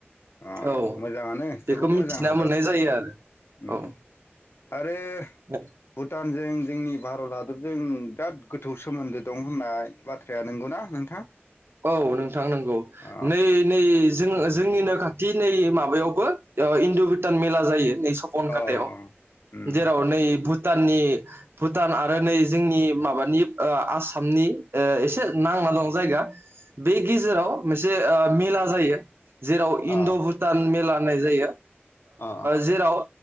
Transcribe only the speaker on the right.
औ
बेखौ
मिथिना
मोननाय जायो आरो
औ
औ नोंथां नंगौ
नै नै जोङो जोंनिनो खाथि नै माबायावबो इन्दु भटान मेला जायो। होननाय सपन खाथायाव
जेराव नै भुटानि भुटान आरो नै जोंनि माबानि ओ आसामनि ओ एसे नां <unintelligible> जायगा बे गेजेराव मोनसे ओ मेला जायो जेराव
इण्ड' भुटान मेला नाय जायो
जेराव